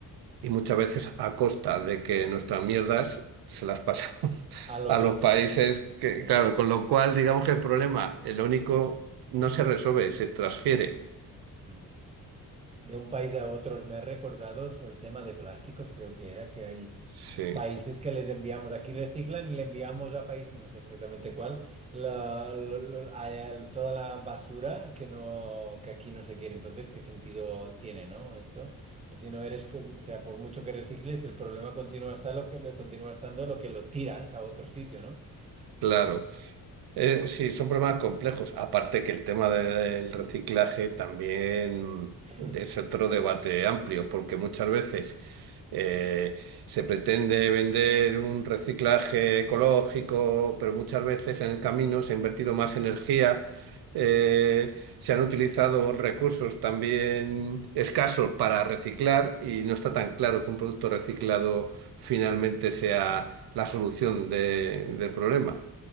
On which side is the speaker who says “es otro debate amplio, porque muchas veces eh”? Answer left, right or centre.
Right